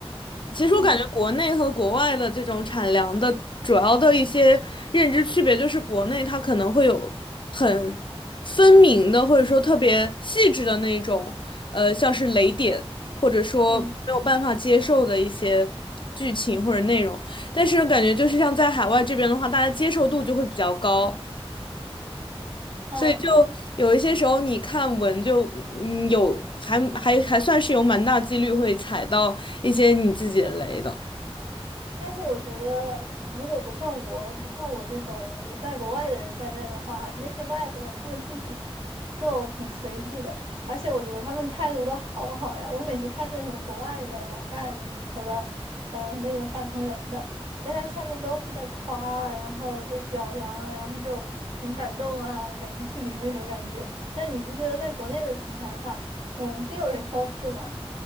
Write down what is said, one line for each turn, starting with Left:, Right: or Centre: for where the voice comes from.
Left: 其实我感觉国内和国外的这种产粮的主要的一些认知区别，
Right: 嗯
Left: 就是国内它可能会有很分明的，或者说特别细致的那种，呃，像是雷点，或者说没有办法接受的一些剧情或者内容。
Right: 嗯。
Left: 但是感觉就是像在海外这边的话，大家接受度就会比较高。
Right: 嗯，
Left: 所以就有一些时候你看文就嗯有还还还算是有蛮大几率会踩到一些你自己的雷的。
Right: 但是我觉得，如果不算我，不算我这种在国外的人在内的话，那些外国人他们自己就挺随意的，而且我觉得他们态度都好好呀。我每次看那种国外的网站里头的，呃，那种汕头人的，大家下面都是在夸啊，然后就表扬，然后就很感动啊，感激涕零那种感觉。但你不觉得在国内的平台上总是有人挑刺吗？